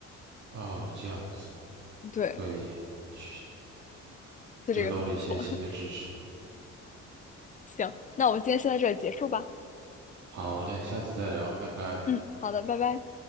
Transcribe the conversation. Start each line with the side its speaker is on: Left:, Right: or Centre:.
Right: 啊，这样子
Left: 对，
Right: 可以，学
Left: 就这个很不错。
Right: 得到了一些新的知识。
Left: <laughs> 行，那我们今天先在这里结束吧。
Right: 好嘞，下次再聊，拜拜。
Left: 嗯，好的，拜拜。